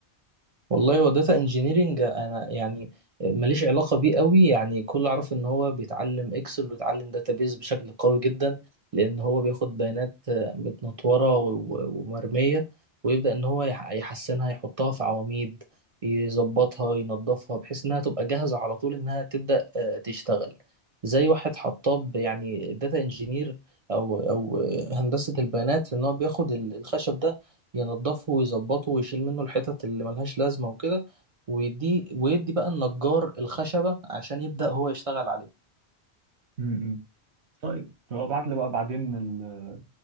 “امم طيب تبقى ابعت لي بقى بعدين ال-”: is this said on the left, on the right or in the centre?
Right